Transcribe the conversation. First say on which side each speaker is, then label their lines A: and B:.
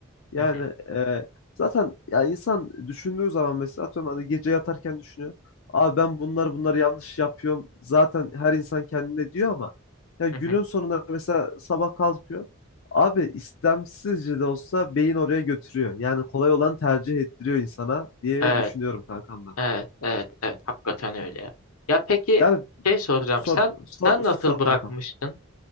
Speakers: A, on the left; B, on the left.
A: Yani
B: hı hı,
A: e, zaten ya insan düşündüğü zaman mesela atıyorum hani gece yatarken düşünüyor. Abi ben bunlar bunları yanlış yapıyorum. Zaten her insan kendine diyor ama ya günün
B: hı hı.
A: sonunda mesela sabah kalkıyor. Abi istemsizce de olsa beyin oraya götürüyor. Yani kolay olanı tercih ettiriyor insana diye
B: Evet,
A: düşünüyorum kankam ben.
B: evet, evet, evet. Hakikaten öyle ya. Ya peki
A: Yani
B: şey soracağım.
A: sor
B: Sen
A: sor,
B: sen nasıl
A: sor
B: bırakmıştın
A: kankam.